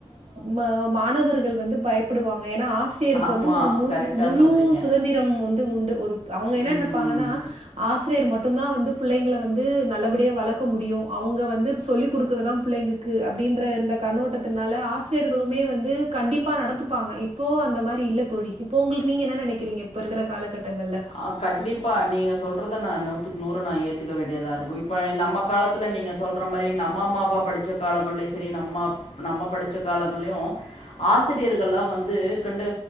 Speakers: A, on the right; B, on the left.
A: ம ம மாணவர்கள் வந்து பயப்படுவாங்க ஏன்னா ஆசி யருக்கு
B: ஆமாம்
A: வந்து ஒரு முரு
B: கரெக்டாக
A: முழு
B: சொல்கிறீங்க
A: சுதந்திரம் வந்து உண்டு ஒரு அவங்க என்ன
B: ம்
A: நெனைப்பாங்கன்னா ஆசிரியர் மட்டும் தா வந்து பிள்ளைங்கள வந்து நல்லபடியா வளக்க முடியு அவுங்க வந்து சொல்லிக் குடுக்கறதுதா பிள்ளைங்களுக் கு அப்டின் ற இருந்த கண்ணோட்டத்துனால ஆசிரியர்களுமே வந்து நடந்துப்பாங்க இப்போ அந்த மாரி இல்ல தோழி இப்போ உங்களுக்கு நீங்க என்ன நெனைக்கிறீங்க இப்ப இருக்கிற காலகட்டங்கள்ல
B: ஆ கண்டிப்பா நீங்க சொல்றத நான் நூத்துக்கு நூறு நான் ஏத்துக்க வேண்டியதா இருக்கு இப்ப நம்ம காலத் ல நீங்க சொல்ற மாரி நம்ம அம்மா அப்பா படிச்ச காலங்கள்லையு செரி நம்ம நம்ம படிச்ச காலங்கள்லையு ஆசிரியர்கள்லா வந்து கண்டு